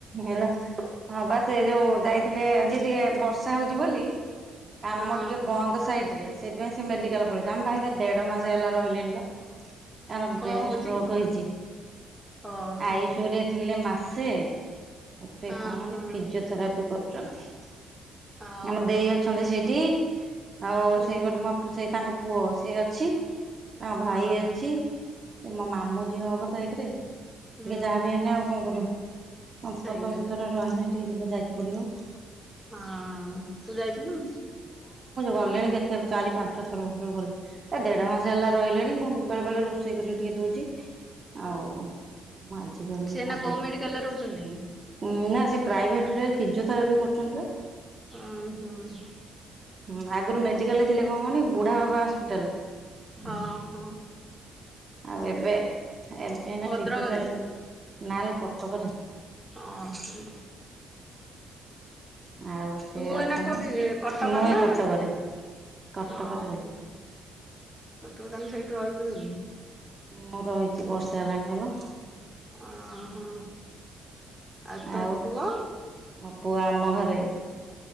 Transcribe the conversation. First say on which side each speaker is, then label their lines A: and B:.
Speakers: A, on the right (about 35°); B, in the centre.
A: ହେଲା ହଁ ବା ସେ ଯୋଉ ଯାଇଥିଲେ ଆଜି ଟିକେ ବର୍ଷା ହଉଛି ବୋଲି କାମ
B: ହଁ।
A: ଟିକେ ବନ୍ଦ ସାଇଡ ରେ। ସେଇଥିପାଇଁ ସେ ମେଡିକାଲ ପଳେଇଥିବେ ଆମ ପାଖରେ ଦେଢ ମାସ ହେଲା ରହିଲେଣି ଲୋ। ତାଙ୍କ
B: କଣ
A: ବ୍ରେନ
B: ହଉଛି
A: ଷ୍ଟୋକ
B: କି
A: ହେଇଛି
B: ଓହୋ
A: ଆଇ ସି ୟୁ ରେ ଥିଲେ ମାସେ। ଏବେ
B: ଓହୋ
A: କହନି ଫିଜୋଥେରାପି କରୁଛନ୍ତି।
B: ଓହୋ।
A: ଆମ ଦେଇ ଅଛନ୍ତି ସେଇଠି। ଆଉ
B: ହୁଁ
A: ସେ ଗୋଟେ ମୋଟୁ ସେଇ ତାଙ୍କ ପୁଅ ସେ ଅଛି। ତାଙ୍କ ଭାଇ
B: ହଁ
A: ଅଛି। ସେ ମୋ ମାମୁଁ ଝିଅ ହବ ତ ଏକ ରେ ଟିକେ
B: ହୁଁ
A: ଯାହାବି
B: ହୁଁ
A: ହେଲେ ଆଉ କଣ କରିବୁ? ସମ୍ପର୍କ
B: ସେଇଆ
A: ଭିତରେ ରହିଲେ ଟିକେ ଯିବ ଯାଇତେ ପଡିବ।
B: ହଁ ତୁ ଯାଇଥିଲୁ?
A: ଗଲେଣି କେତେ ଚାରି ପାଞ୍ଚ ଥର ଗଲେ। ଏ ଦେଢ ମାସ ହେଲା ରହିଲେଣି ମୁଁ ବେଳେ ବେଳେ ରୋଷେଇ କରିି ଟିକେ ଦଉଛି ଆଉ ମାଜିଗନି
B: ସିଏ ଏଇନା
A: ନା
B: କୋଉ
A: ଦେବି।
B: ମେଡିକାଲରେ ରହୁଛନ୍ତି?
A: ଉଁ ନା ସେ ପ୍ରାଇଭେଟ ରେ ଫିଜିଓଥେରାପି କରୁଛନ୍ତି ବା।
B: ଅ ହୁଁ ହୁଁ।
A: ହୁଁ ଆଗରୁ ମେଡିକାଲରେ ଥିଲେ କଣ କହନି ବୁଢା ବାବା ହସ୍ପିଟାଲ।
B: ହଁ ହଁ।
A: ଆଉ ଏବେ ଏବେ ନା
B: ଭଦ୍ରକରେ
A: ଫିଜୋଥେରାପି ନାଲୋ କଟକରେ।
B: ହଁ ହଁ।
A: ଆଉ ସେ
B: ତୁ
A: ଅଛନ୍ତି
B: ଏନା କୋଉଠି କଟକରେ
A: ମୁଁ
B: ନା
A: ଏ କଟକରେ କଟକରେ
B: ଓ ହୋ
A: ଲୋ
B: ତୁ ତାହେଲେ ସେଇଠି ରହିଲୁଣିି?
A: ମୁଁ ରହିଛି ବର୍ଷା ହେଲାଣି ଆଲୋ।
B: ଅ ହଁ, ଆ ତୋ
A: ଆଉ
B: ପୁଅ?
A: ମୋ ପୁଅ ଆମ ଘରେ।